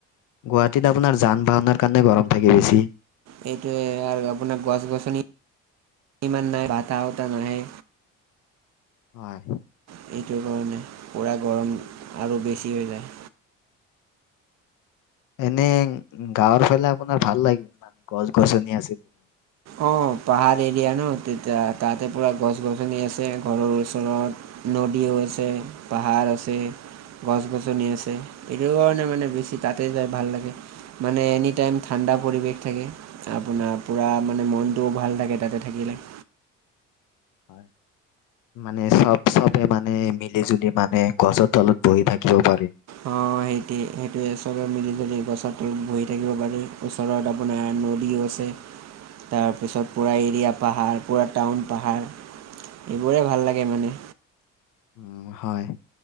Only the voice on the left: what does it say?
গুৱাহাটীত আপোনাৰ যান বাহনৰ কাৰণে গৰম থাকে বেছি।
হয়।
এনে গাঁৱৰ ফালে আপোনাৰ ভাল লাগে মানে গছ গছনি আছে। বহুত।
হয়। মানে চব চব, চবেই মানে মিলি জুলি মানে গছৰ তলত বহি থাকিব পাৰি।
উম হয়।